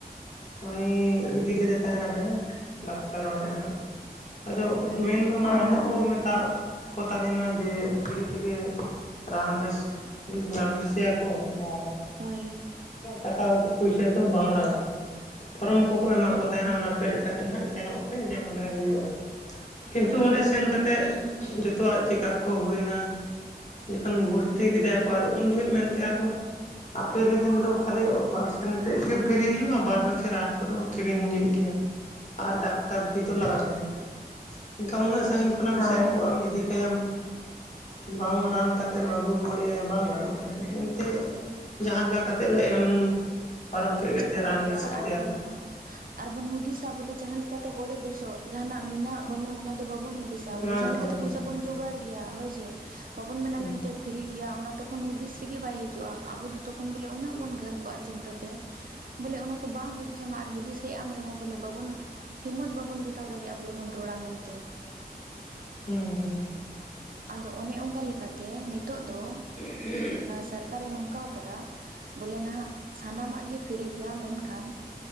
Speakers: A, on the left; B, on the right.
A: ᱩᱱᱤ ᱤᱫᱤ ᱞᱮᱫᱮ ᱛᱟᱦᱮᱱᱟᱞᱮ ᱰᱟᱠᱛᱟᱨ ᱚᱲᱟᱜ ᱦᱟᱸᱜ ᱟᱫᱚ
B: ᱦᱳᱭ
A: ᱢᱮᱱᱫᱚ
B: ᱦᱳᱭ
A: ᱢᱟᱲᱟᱝ ᱫᱚᱠᱚ ᱢᱮᱛᱟᱜ ᱠᱚ ᱛᱟᱦᱮᱱᱟ ᱡᱮ ᱯᱷᱤᱨᱤ ᱛᱮᱜᱮ ᱨᱟᱱ ᱵᱮᱥ ᱨᱟᱱ ᱵᱮᱥᱮᱭᱟᱠᱚ ᱟᱨ
B: ᱦᱳᱭ
A: ᱴᱟᱠᱟ ᱯᱩᱭᱥᱟᱹ ᱫᱚ ᱵᱟᱝ ᱞᱟᱜᱟᱜᱼᱟ ᱯᱷᱚᱨᱚᱢ
B: ᱦᱳᱭ
A: ᱠᱚᱠᱚ ᱮᱢᱟᱜ ᱠᱚ ᱛᱟᱦᱮᱱᱟ ᱚᱱᱟ ᱯᱮᱨᱮᱡ ᱠᱟᱛᱮᱫ ᱦᱟᱸᱜ ᱥᱮᱱᱚᱜ ᱯᱮ ᱡᱮ ᱚᱸᱰᱮ ᱦᱩᱭᱩᱜᱼᱟ ᱠᱤᱱᱛᱩ
B: ᱦᱳᱭ
A: ᱚᱸᱰᱮ ᱥᱮᱱ ᱠᱟᱛ ᱛᱮ, ᱡᱚᱛᱚᱣᱟᱜ ᱪᱮᱠᱟᱯ ᱠᱚ ᱦᱩᱭᱱᱟ ᱡᱚᱠᱷᱚᱱ ᱵᱷᱚᱨᱛᱤ
B: ᱦᱳᱭ
A: ᱠᱮᱫᱮᱭᱟ ᱟᱫᱚ ᱩᱱ ᱡᱚᱦᱚᱜ ᱢᱮᱱ ᱠᱮᱜ-ᱟ ᱠᱚ ᱟᱯᱮ ᱞᱟᱹᱜᱤᱱ ᱫᱚ ᱠᱷᱟᱹᱞᱤ ᱚᱯᱟᱨᱮᱥᱚᱱ ᱛᱮᱫ ᱜᱮ ᱯᱷᱤᱨᱤ ᱦᱩᱭᱩᱜ-ᱟ ᱵᱟᱫᱽ ᱵᱟᱠᱤ ᱨᱟᱱ ᱠᱚᱫᱚ ᱠᱤᱨᱤᱧ ᱦᱩᱭᱩᱜ ᱜᱮᱭᱟ ᱟᱨ ᱰᱟᱠᱛᱟᱨ ᱯᱷᱤ ᱫᱚ ᱞᱟᱜᱟᱜ ᱜᱮᱭᱟ ᱮᱱᱠᱷᱟᱱ ᱩᱱᱟᱹᱜ
B: ᱦᱳᱭ
A: ᱥᱟᱹᱜᱤᱧ ᱠᱷᱚᱱᱮᱢ ᱥᱮᱱ ᱠᱚᱜ-ᱟᱢ ᱤᱫᱤ ᱠᱟᱭᱟᱢ ᱵᱟᱝ ᱨᱟᱱ ᱠᱟᱛᱮᱢ ᱟᱹᱜᱩ ᱨᱩᱣᱟᱹᱲᱮᱭᱟ ᱵᱟᱝ ᱜᱟᱱᱚᱜ ᱠᱟᱱᱟ ᱮᱱᱛᱮ ᱡᱟᱦᱟᱸ ᱞᱮᱠᱟ ᱠᱟᱛᱮᱜ ᱞᱮ ᱮᱢ ᱯᱟᱨᱚᱢ ᱠᱮᱫ ᱜᱮᱛᱮ
B: ᱪᱟᱞᱟᱣ
A: ᱨᱟᱱ
B: ᱜᱮᱭᱟ
A: ᱵᱮᱥ ᱠᱮᱫᱮᱭᱟᱞᱮ
B: ᱟᱨᱵᱚᱱ ᱟᱨᱵᱚᱱ ᱦᱩᱫᱤᱥᱟ ᱵᱚᱞᱮ ᱡᱟᱦᱟᱸ ᱞᱮᱠᱟᱛᱮ ᱦᱚᱲᱮ ᱵᱮᱥᱚᱜ ᱡᱟᱦᱟᱱᱟᱜ ᱢᱮᱱᱟᱜ ᱵᱟᱹᱱᱩᱜ ᱚᱱᱟ ᱫᱚ ᱵᱟᱵᱚᱱ ᱦᱩᱫᱤᱥ ᱡᱟ ᱵᱚᱞᱮ
A: ᱚᱱᱟ
B: ᱡᱟᱦᱟᱸ
A: ᱫᱚ
B: ᱞᱮᱠᱟᱛᱮ
A: ᱵᱟᱵᱚᱱ
B: ᱯᱚᱭᱥᱟ
A: ᱧᱟᱢᱟ
B: ᱵᱚᱱ ᱡᱚᱜᱟᱲ ᱜᱮᱭᱟ ᱦᱳᱭ ᱥᱮ ᱵᱟᱵᱚᱱ ᱢᱮᱱᱟ
A: ᱦᱩᱸ
B: ᱢᱮᱱᱛᱮ ᱯᱷᱤᱨᱤ ᱜᱮᱭᱟ ᱚᱱᱟ ᱛᱚᱠᱷᱚᱱ ᱦᱩᱫᱤᱥ ᱨᱮᱜᱮ ᱵᱟᱭ ᱦᱤᱡᱩᱜᱼᱟ ᱟᱵᱚ ᱫᱚ ᱛᱚᱠᱷᱚᱱ ᱵᱚᱞᱮ ᱩᱱᱟᱹᱜ ᱵᱚᱱ ᱜᱷᱟᱹᱨ ᱠᱚᱜᱼᱟ ᱪᱤᱱᱛᱟᱹ ᱛᱮ ᱵᱚᱞᱮ ᱚᱱᱟ ᱠᱚ ᱵᱟᱝ ᱦᱩᱫᱤᱥ ᱟᱢᱟ ᱟᱨ ᱦᱩᱫᱤᱥ ᱦᱮᱡ ᱟᱢ ᱨᱮᱦᱚᱸ ᱵᱚᱞᱮ ᱵᱟᱵᱚᱱ ᱦᱤᱢᱚᱛ ᱵᱟᱵᱚᱱ ᱡᱩᱴᱟᱣ ᱫᱟᱲᱮᱭᱟᱜᱼᱟ ᱵᱚᱞᱮ ᱵᱚᱱ ᱨᱚᱲᱟ ᱢᱮᱱᱛᱮ
A: ᱦᱩᱸ ᱦᱩᱸ
B: ᱟᱫᱚ ᱚᱱᱮ ᱚᱱᱠᱟ ᱞᱮᱠᱟᱛᱮ ᱱᱤᱛᱚᱜ ᱫᱚ
A: <inaudible>
B: ᱥᱚᱨᱠᱟᱨᱮ ᱱᱚᱝᱠᱟ ᱟᱠᱟᱫᱟ ᱵᱚᱞᱮ ᱱᱟᱦᱟᱜ ᱥᱟᱱᱟᱢᱟᱜ ᱜᱮ ᱯᱷᱤᱨᱤ ᱜᱮᱭᱟ ᱢᱮᱱᱠᱷᱟᱱ